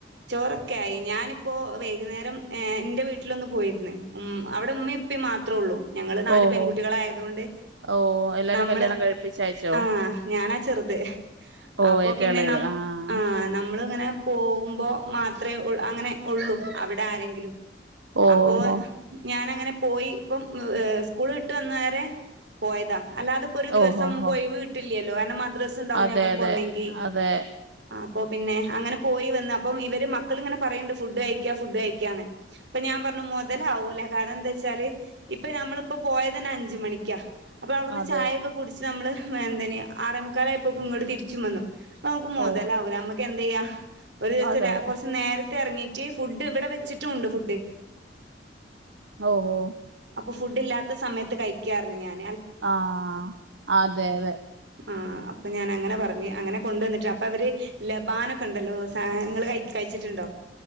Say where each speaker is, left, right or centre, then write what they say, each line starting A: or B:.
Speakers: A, on the right; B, on the right.
A: ചോറൊക്കെ ആയി ഞാനിപ്പോ വൈകുന്നേരം എന്റെ വീട്ടിൽ വീട്ടിലൊന്ന് പോയിുന്ന ഉം അവിടെ ഉമ്മപ്പേ മാത്രേള്ളൂ ഞങ്ങൾ നാല്
B: ഓഹോ
A: പെൺകുട്ടികളായതുകൊണ്ട്
B: ഓ എല്ലാരും
A: നമ്മള്
B: കല്യാണം കഴിപ്പിച്ചയച്ചോ
A: ആ.. ഞാനാ ചെറുത്
B: ഓ
A: അപ്പൊ
B: ഏറ്റവും
A: പിന്നെ
B: എളയത്
A: ന
B: ആഹ്
A: നമ്മള് ഇങ്ങനെ പോകുമ്പോ മാത്രേ- അങ്ങനെ ഉള്ളൂ അവിടെ ആരെങ്കിലും
B: ഓ
A: അപ്പോ
B: ഓ
A: ഞാന്‍ ഞങ്ങനെ- പോയി ഇപ്പം സ്കൂൾ വിട്ട് വന്ന വേരെ പോയതാ അല്ലാതെപ്പോൊ ഒരു ദിവസം
B: ഓ ഓ
A: പോയി
B: ഓ
A: വീട്ട് കിലോയാണ് മത്തി ഒരു ദിവസം ഇണ്ടാവും
B: അതെ
A: ഞങ്ങക്ക്
B: അതെ
A: വന്നെങ്കിൽ
B: അതെ
A: ആ അപ്പോ പിന്നെ അങ്ങനെ പോയി വന്ന് അപ്പം ഇവർ മക്ക മക്കളിങ്ങനെ പറയുന്നുണ്ട് ഫുഡ് കഴിക്ക ഫുഡ് കഴിക്കാന്ന് അപ്പൊ ഞാൻ പറഞ്ഞു മോതലാവൂലേ കാരണം എന്താ വെച്ചാല് - ഇപ്പൊ ഞമ്മളിപ്പോ പോയത് തന്നെ അഞ്ച മണിക്കാ അപ്പോൾ അവിടുന്ന്
B: അതെ
A: ചായയൊക്കെ കുടിച്ച് നമ്മള് - എന്തിനു ആറമുക്കാല ആപ്പോ ഇങ്ങോട്ട് തിരിച്ചും വന്നു അപ്പ നമുക്ക് മുതലാവൂ
B: ഓ
A: നമുക്ക് എന്ത് ചെയ്യാ ഒരു ദിവസം
B: അതെ
A: കുറച്ച് നേരത്തെ എറങ്ങീട്ട് ഫുഡ് ഇവിടെ വെച്ചിട്ടും ഉണ്ട് ഫുഡ്
B: ഓ ഓ
A: അപ്പൊ ഫുഡ് ഇല്ലാത്ത സമയത്ത് കഴിക്കാായിരുന്നു ഞാൻ
B: ആ അതെ അതെ
A: ആ അപ്പൊ ഞാൻ അങ്ങനെ പറഞ്ഞു അങ്ങനെ കൊണ്ടുവന്നിട്ട് അപ്പൊ അവര് ലബാനൊക്കെ ഉണ്ടല്ലോ സാധനങ്ങള് ക കഴിച്ചിട്ടുണ്ടോ